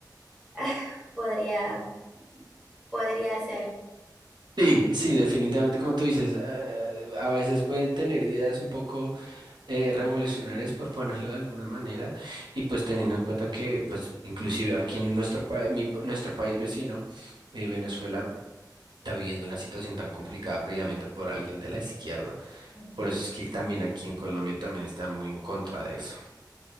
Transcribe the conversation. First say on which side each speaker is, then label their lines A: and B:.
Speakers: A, in the centre; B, on the right.
A: ah, podría, podría ser.
B: Sí, sí, definitivamente, como tú dices, eh, a veces pueden tener ideas un poco eh, revolucionarias, por <laughs> ponerlo de alguna manera, y pues teniendo en cuenta que, pues, inclusive aquí en nuestro, país, nuestro país vecino, eh, Venezuela, está viviendo una situación tan complicada previamente por alguien de la izquierda.
A: Ujú.
B: Por eso es que también aquí en Colombia también están muy en contra de eso.